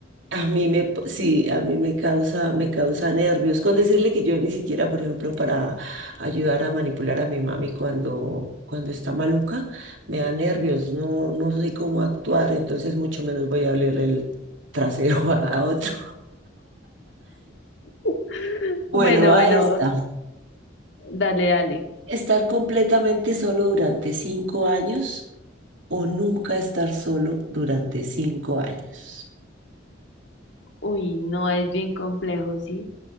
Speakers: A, on the right (about 75°); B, on the left (about 65°).
A: a mí me, p- sí, a mí me causa, me causa nervios. Con decirle que yo ni siquiera, por ejemplo, para ayudar a manipular a mi mami cuando, cuando está maluca, me da nervios, no, no sé cómo actuar, entonces mucho menos voy a hablarle el trasero <laughs> a a otro.
B: <laughs>
A: Bueno,
B: Bueno,
A: a
B: bueno,
A: esta.
B: Dale, dale.
A: Estar completamente solo durante cinco años o nunca estar solo durante cinco años.
B: Uy, no es bien complejo, ¿sí?